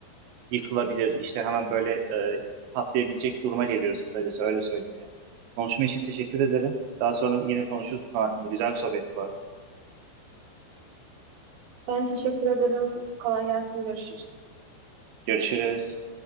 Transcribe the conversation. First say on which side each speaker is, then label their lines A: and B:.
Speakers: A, on the right; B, on the right.
A: yıkılabilir, işte hemen böyle e, patlayabilecek duruma geliyoruz kısacası öyle söyleyeyim yani. Konuşma için teşekkür ederim. Daha sonra yine konuşuruz bu konu hakkında. Güzel bir sohbetti bu arada.
B: Ben teşekkür ederim. Kolay gelsin. Görüşürüz.
A: Görüşürüz.